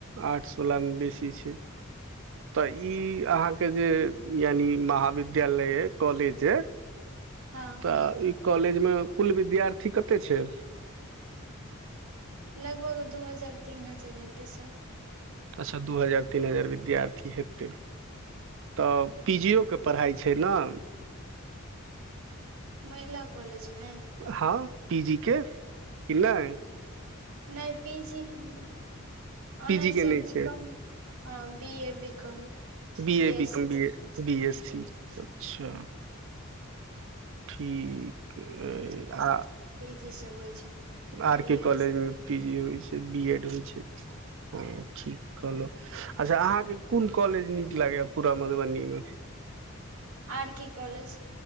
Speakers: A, on the right (about 65°); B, on the right (about 80°).
A: आठसवलामे बेसी छै तऽ ई अहाँके जे यानि महाविद्यालय य कॉलेज अ
B: हँ
A: तऽ ई कॉलेज मे कुल विद्यार्थी कते छै
B: लगभग दू हजार तीन हजार हेतै सर
A: अच्छा दू हजार तीन हजार विद्यार्थी हेतै तऽ पीजी के पढ़ाइ छै ने
B: महिला कॉलेज मे
A: हँ पी जी के कि नहि ह
B: नहि पी जी नहि
A: पीजी
B: ऑनर्स
A: के
B: स
A: नहि
B: बी
A: छै
B: कॉम हँ B A B com
A: B A
B: S C
A: बमी
B: सब होइ छै
A: बी एस सी अच्छा ठीक आ
B: जे सब होइ छै
A: आर
B: बी
A: के
B: एड
A: कॉलेज
B: से
A: मे पी जी होइ छै बी एड होइ छै हँ ठीक कहलहु अच्छा अहाँके कोन कॉलेज नीक लागैए पूरा मधुबनी मे
B: R K college